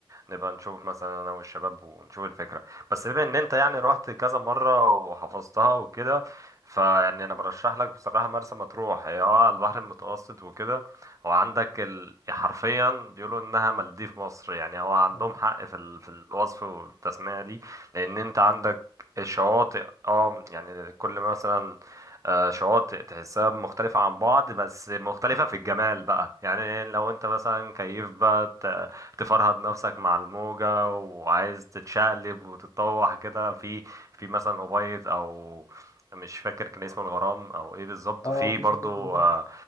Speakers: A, on the right; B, on the left.
A: نبقى نشوف مثلا انا والشباب ونشوف الفكره بس بما ان انت يعني رحت كذا مره وحفظتها وكده فيعني انا برشح لك بصراحه مرسى مطروح هي اه على البحر المتوسط وكده هو عندك ال... حرفيا بيقولوا انها مالديف مصر يعني هو عندهم
B: اه
A: حق في ال... في الوصف والتسمية دي لان انت عندك شواطئ اه يعني كل مثلا آه، شواطئ تحسها مختلفة عن بعض بس مختلفة في الجمال بقى يعني لو انت مثلا كيف بقى ت- تفرهد نفسك مع الموجة وعايز تتشقلب وتتطوح كده في في مثلا أبيض او مش فاكر كان اسمه الغرام او ايه بالظبط
B: اه،
A: في
B: مفيش
A: برضو
B: وسائل جرام
A: آه،